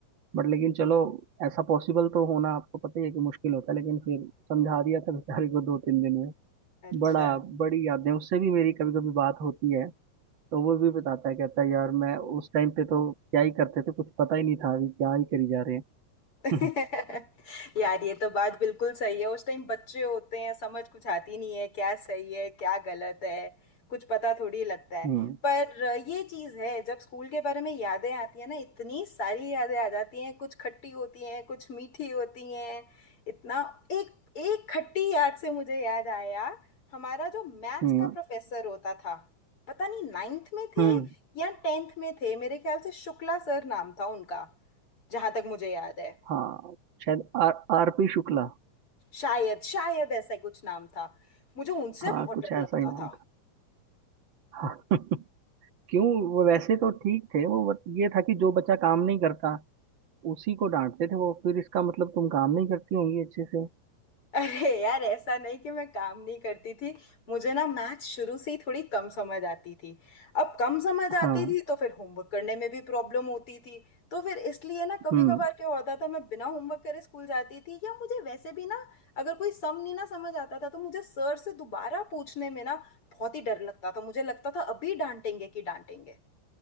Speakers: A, on the right; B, on the left.
A: बट लेकिन चलो ऐसा पॉसिबल तो होना आपको पता ही है कि मुश्किल होता है लेकिन फिर समझा दिया था बेचारे को दो तीन दिन में
B: अच्छा
A: बड़ा बड़ी यादें उससे भी मेरी कभी कभी बात होती है तो वो भी बताता है कहता है यार मैं उस टाइम पे तो क्या ही करते थे कुछ पता ही नहीं था अभी क्या ही करी जा रहे
B: <laughs>
A: हैं <laughs>
B: यार ये तो बात बिल्कुल सही है उस टाइम बच्चे होते हैं समझ कुछ आती नहीं है क्या सही है क्या गलत है कुछ पता थोड़ी लगता है
A: हम्म
B: पर ये चीज है जब स्कूल के बारे में यादें आती है ना इतनी सारी यादें आ जाती हैं कुछ खट्टी होती हैं कुछ मीठी होती हैं इतना एक एक खट्टी याद से मुझे याद आया हमारा जो मैथ्स
A: हम्म
B: का प्रोफेसर होता था पता नहीं नाइन्थ में थे
A: हम्म
B: या टेंथ में थे मेरे ख्याल से शुक्ला सर नाम था उनका जहां तक मुझे याद है
A: हाँ शायद आर आर पी शुक्ला
B: शायद शायद ऐसा ही कुछ नाम था मुझे उनसे
A: हाँ
B: बहुत
A: कुछ
B: डर
A: ऐसा
B: लगता
A: ही नाम
B: था
A: था हाँ। <laughs> क्यों वो वैसे तो ठीक थे वो बट ये था कि जो बच्चा काम नहीं करता उसी को डांटते थे वो फिर इसका मतलब तुम काम नहीं करती होंगी अच्छे से
B: अरे यार ऐसा नहीं कि मैं काम नहीं करती थी मुझे ना मैथ शुरू से ही थोड़ी कम समझ आती थी अब कम समझ आती
A: हाँ
B: थी तो फिर होमवर्क करने में भी प्रॉब्लम होती थी तो फिर इसलिए ना कभी
A: हम्म
B: कभार क्या होता था मैं बिना होमवर्क करे स्कूल जाती थी या मुझे वैसे भी ना अगर कोई सम नहीं ना समझ आता था तो मुझे सर से दोबारा पूछने में ना बहुत ही डर लगता था मुझे लगता था अभी डांटेंगे कि डांटेंगे